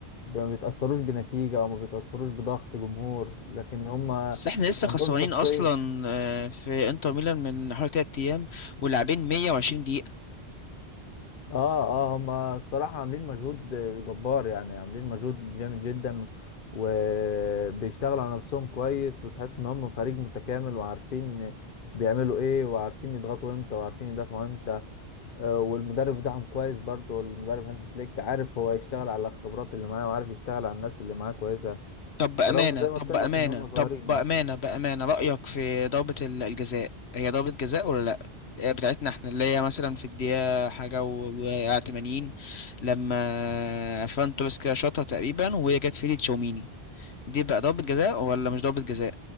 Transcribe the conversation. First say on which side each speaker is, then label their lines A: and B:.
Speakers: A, on the left; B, on the left.
A: ما بيتأثروش بنتيجة أو ما بيتأثروش بضغط جمهور لكن هم
B: بس احنا لسه
A: عندهم
B: خسرانين
A: شخصية
B: اصلا آه، في انتر ميلان من حوالي تلات ايام ولاعبين 120 دقيقة
A: آه آه هم الصراحة عاملين مجهود جبار يعني عاملين مجهود جامد جدا وبيشتغلوا على نفسهم كويس وتحس إن هم فريق متكامل وعارفين بيعملوا إيه وعارفين يضغطوا إمتى وعارفين يدافعوا إمتى آه، والمدرب بتاعهم كويس برضه المدرب هانز فليك عارف هو يشتغل على الخبرات اللي معاه وعارف يشتغل على الناس اللي معاه كويسه
B: طب بأمانة
A: برغم زي
B: طب
A: ما قلت
B: بأمانة
A: لك ان هم صغيرين
B: طب بأمانة
A: يعني
B: بأمانة رأيك في ضربة ال- الجزاء هي ضربة جزاء ولا لا آه، بتاعتنا احنا اللي هي مثلا في الدقيقة حاجة و 80 لما فران توريس كده شاطها تقريبا وهي جت في ايد تشاوميني دي بقى ضربة جزاء ولا مش ضربة جزاء